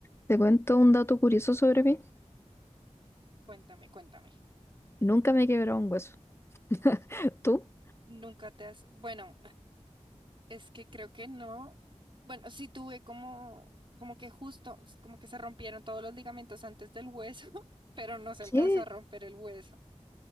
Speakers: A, on the left; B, on the right.
A: Te cuento un dato curioso sobre mí.
B: Cuéntame, cuéntame.
A: Nunca me he quebrado un hueso. <laughs> ¿Tú?
B: Nunca te has, bueno, es que creo que no, bueno, sí tuve como, como que justo, como que se rompieron todos los ligamentos antes del hueso, <laughs> pero no se
A: ¿Qué?
B: alcanzó a romper el hueso.